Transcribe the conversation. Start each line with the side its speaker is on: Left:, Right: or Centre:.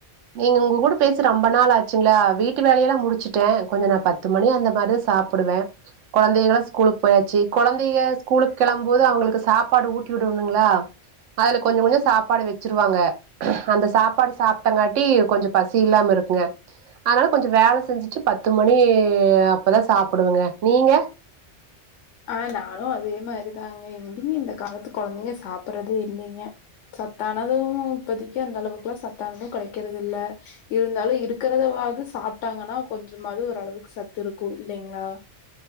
Right: நீங்க உங்க கூட பேசி ரம்ப நாளாச்சுங்ளா வீட்டு வேலயெல்லா முடிச்சுட்டே கொஞ்ச நா பத்து மணி அந்த மாரிதா சாப்பிடுவே கொழந்தையள்ளா ஸ்கூலுக்கு போயாச்சி கொழந்தைக ஸ்கூலுக்கு கெளம்போது அவங்களுக்கு சாப்பாடு ஊட்டி விடுவணுங்களா அதுல கொஞ்சங் கொஞ்ச சாப்பாடு வெச்சிருவாங்க அந்த சாப்பாடு சாப்டங்காட்டி கொஞ்ச பசி இல்லாம இருக்குங்க அதனால கொஞ்ச வேல செஞ்சிட்டு பத்து மணி அப்பதா சாப்புடுவங்க நீங்க
Left: ஆஹ் நானு அதே மாரிதாங்க எங்கிங்க இந்த காலத்து கொலந்தைங்க சாப்புறதே இல்லிங்க சத்தானது இப்பதிக்கு அந்தளவுக்குலா சத்தானது கடைக்கறதில்ல இருந்தாலு இருக்கறதவாது சாப்டாங்கன்னா கொஞ்சமாது ஓரளவுக்கு சத்துருக்கு இல்லைங்களா